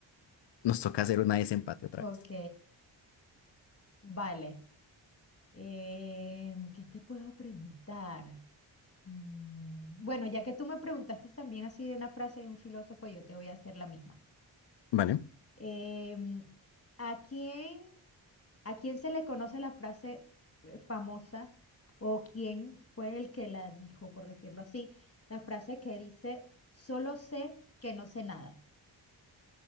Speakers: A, on the left (about 60°); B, on the left (about 30°).
A: nos toca hacer una desempate otra
B: Ok,
A: vez.
B: vale. Em, ¿qué te puedo preguntar? Mm, bueno, ya que tú me preguntaste también así de una frase de un filósofo, yo te voy a hacer la misma.
A: ¿Vale?
B: Em, ¿a quién, a quién se le conoce la frase eh, famosa o quién fue el que la dijo, por decirlo así? La frase que dice, solo sé que no sé nada.